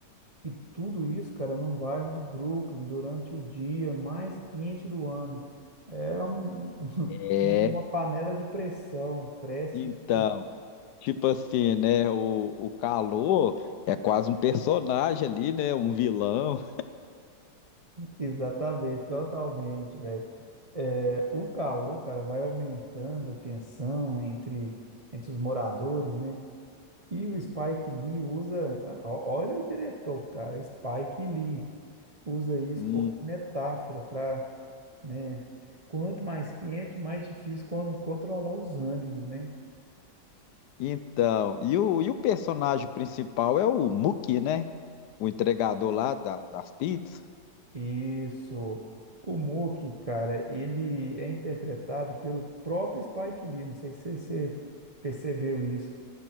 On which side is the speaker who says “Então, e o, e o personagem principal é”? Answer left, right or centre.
Left